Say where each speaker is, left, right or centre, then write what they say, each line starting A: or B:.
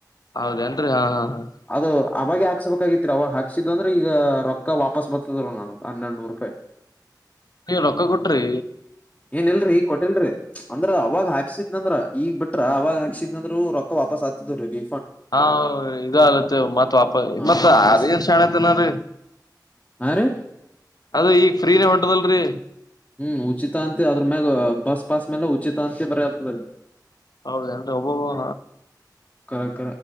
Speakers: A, on the left; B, on the left.
A: ಹೌದೇನ್ರಿ ಹಾ ಹಾ ಹಾ
B: ಅದು ಆ ಆವಾಗ್ಲೇ ಹಾಕ್ಸಬೇಕ. ಹಗತ್ರಿ ಅವಾಗ ಹಾಕ್ಸಿದ್ ಅಂದ್ರೆ ಈಗ ರೊಕ್ಕ ವಾಪಾಸ್ ಬರ್ತಿದ ನಾನ ಹನ್ನೆರಡುನೂರು ರೂಪಾಯಿ.
A: ನೀವ್ ರೊಕ್ಕ ಕೊಟ್ರಿ
B: ಏನ ಇಲ್ರಿ ಕೊಟ್ಟಿಲ್ರಿ. ಅಂದ್ರ ಅವಾಗ ಹಾಕ್ಸಿದ್ ಅಂದ್ರ ಈಗ್ ಬಿಟ್ರ ಅವಾಗ ಹಾಕ್ಸಿದ್ಂದ್ರರು ರೊಕ್ಕ ವಾಪಾಸ್ ಆಾತಿದ್್ರೀಲ್ಲಿ.
A: ಹಾ ಇದಲತ್ತ ಮತ್ ವಾಪ
B: ಹಾ
A: ಮತ್ ಅದ
B: ವಾಪಸ್
A: ಏನ್ ಶಣಐತನರಿ.
B: ಹಾ ರೀ
A: ಅದ ಈಗ ಫ್ರೀನ ಹೊಂಟದಲ್ರಿ.
B: ಹ್ಮ್ ಉಚಿತ ಅಂತ ಅದ್ರ ಮ್ಯಾಗ ಬಸ್ ಪಾಸ್ ಮೇಲೆ ಉಚಿತ ಅಂತ ಬರಿತದೆ.
A: ಹೌದ ಅಂದ್ರೆ ಒಬ್ಬೊಬ.
B: ಕರೆಕ್ಟ.